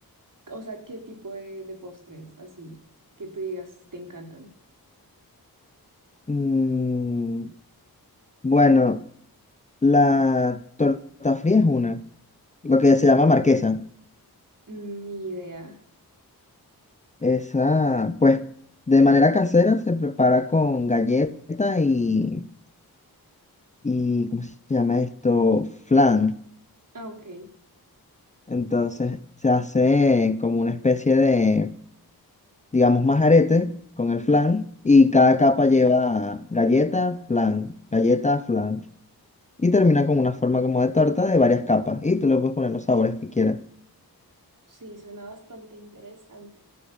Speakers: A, on the right; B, on the left.
A: o sea, ¿qué tipo de, de postres así que tú digas te encantan?
B: Mm, bueno, la torta fría es una, lo que se llama marquesa.
A: Ni idea.
B: Esa, pues, de manera casera se prepara con galleta y, y ¿cómo se llama esto? Flan.
A: Ah, ok,
B: Entonces se hace como una especie de digamos, más aretes con el flan y cada
A: claro.
B: capa lleva galleta, flan, galleta, flan. Y termina con una forma como de torta de varias capas. Y tú le puedes poner los sabores que quieras.
A: Sí, suena bastante interesante.